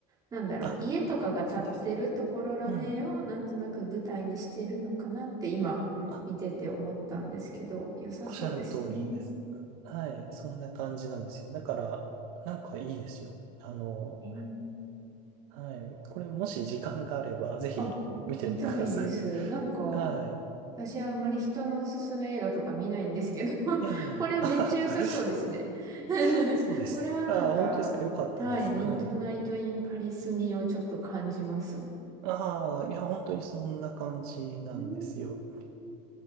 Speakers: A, on the right (about 15°); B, on the right (about 60°).
A: なんだろう、
B: あ、
A: 家とかが建ってるところらへんをなんとなく舞台にしてるのかなって今見てて思ったんですけど、
B: そうです、そうです。うん。あ、
A: 良さそうですね。
B: おっしゃる通りです。はい、そんな感じなんですよ。だから、なんかいいですよ。あの、
A: えー
B: はい、これもし時間があれば、ぜひ見てみてください。
A: あ、見たいです。なんか、
B: はい。
A: 私はあんまり人のおすすめ映画とか見ないんですけど <laughs>
B: ええ。
A: これめっちゃ良さそうですね
B: <laughs> あはは
A: <laughs>
B: <laughs> そうです。
A: これはなんか、
B: ああ、本当ですか。よかったです。
A: はい、ミッドナイト・
B: はい。
A: イン・パリスみをちょっと感じます。
B: ああ、いや、本当にそんな感じなんですよ。
A: うーん